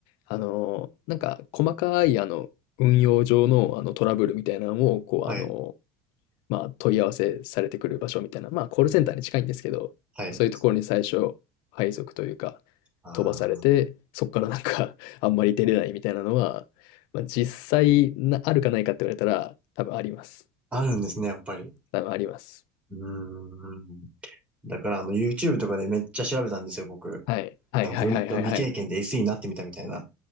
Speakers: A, on the left; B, on the right.
A: あの、なんか、細かい、あの、運用上の、あの、トラブルみたいなのを、こう、
B: はい、
A: あの、まあ、問い合わせされてくる場所みたいな、まあ、コールセンターに近いんですけど、
B: はい。
A: そういうところに最初、配属というか、
B: あ
A: 飛ばされて、
B: あ、
A: そこからなんか <laughs> あんまり出れないみたいなのは、まあ、実際な、あるかないかって言われたら、多分あります。
B: あるんですね、やっぱり。
A: 多分あります。
B: うーん。だから、あの、YouTube とかでめっちゃ調べたんですよ、僕。
A: はい。はいはいはいはいはい。
B: なんか文、未経験で SE になってみたみたいな。